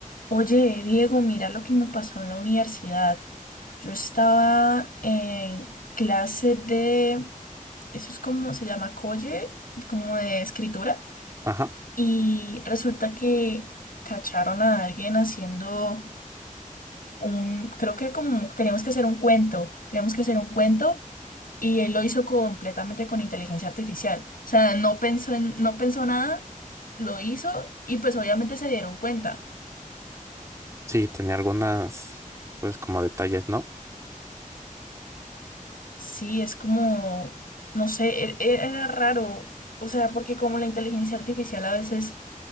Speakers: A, on the left; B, on the right.
A: Oye, Diego, mira lo que me pasó en la universidad. Yo estaba en clase de, eso es como se llama colle, como de escritura,
B: Ajá.
A: y resulta que cacharon a alguien haciendo un, creo que como teníamos que hacer un cuento, teníamos que hacer un cuento y él lo hizo completamente con inteligencia artificial. O sea, no pensó en, no pensó nada, lo hizo y pues obviamente se dieron cuenta.
B: Sí, tenía algunas, pues como detalles, ¿no?
A: Sí, es como, no sé, e- e- era raro, o sea, porque como la inteligencia artificial a veces